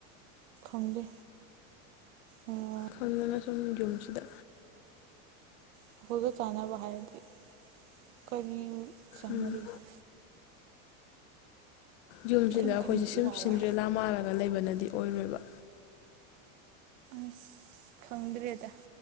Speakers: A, on the right; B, on the left.
A: ꯈꯪꯗꯦ ꯎꯝ
B: ꯈꯪꯗꯅ ꯁꯨꯝ ꯌꯨꯝꯁꯤꯗ
A: ꯑꯩꯈꯣꯏꯒ ꯆꯥꯟꯅꯕ ꯍꯥꯏꯔꯗꯤ ꯀꯔꯤ ꯆꯥꯟꯅꯔꯤꯒꯦ
B: ꯎꯝ ꯌꯨꯝꯁꯤꯗ
A: ꯏꯈꯟ
B: ꯑꯩꯈꯣꯏꯁꯦ
A: ꯈꯟꯕꯗ
B: ꯁꯤꯝ
A: ꯏꯋꯥ
B: ꯁꯤꯟꯗ꯭ꯔꯦꯂꯥ
A: ꯋꯥꯏ
B: ꯃꯥꯥꯜꯂꯒ ꯂꯩꯕꯅꯗꯤ ꯑꯣꯏꯔꯣꯏꯕ
A: ꯑꯁ ꯈꯪꯗ꯭ꯔꯦꯗ